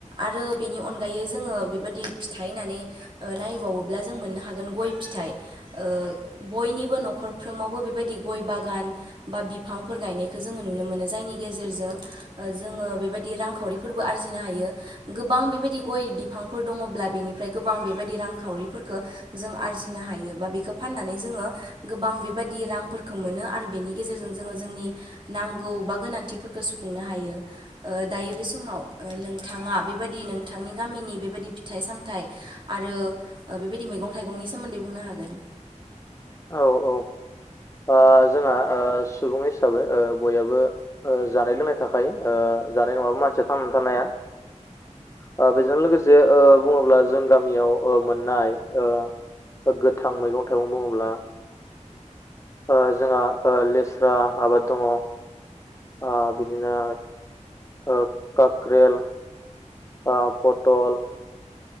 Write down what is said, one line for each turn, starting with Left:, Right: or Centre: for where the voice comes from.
Right: आरो बेनि अनगायै जोङो बेबायदि फिथाहोननानै ओ नायबावोब्ला जों मोननो हागोन गय फिथाइ ओ बयनिबो न' न'खरफ्रोमावबो बेबायदि गय बागान बा बिफांफोर गायनायखौ जोङो नुनो मोनो जायनि गेजे <unintelligible> जोङो बेबायदि रांखावरि फोरबो आरजिनो हायो गोबां बेबायदि गय बिफांफोर दङब्ला बेनिफ्राय गोबां बेबायदि रांखावरि जों आरजिनो हायो बा बेखौ फाननानै जोङो गोबां बेबायदि रांफोरखौ मोनो आरो बेनि गेजेरजों जोङो जोंनि नांगौ बा गोनांथिफोरखौ खुंनो हायो ओ दायो बे समाव नोंथाङा बेबायदि नोंथांनि गामिनि बेबायदि फिथाइ-सामथाइ आरो बेबायदि मैगं-थाइगंनि सोमोन्दै बुंनो हागोन
Left: औ औ ओ ओ जोंहा ओ सुबुं हिसाबै ओ बयहाबो जानाय लोंनाय थाखायो ओ जानाय नङाबा मानसिया थांनानै थानो हाया ओ बेजों लोगोसे जे ओ बुङोब्ला जों गामियाव ओ मोननाय ओ ओ गोथां मैगं-थाइगं बुङोब्ला ओ जोंहा ओ लेस्रा आबाद दङ। आ बिदिनो ओ कक्रेल ओ पटल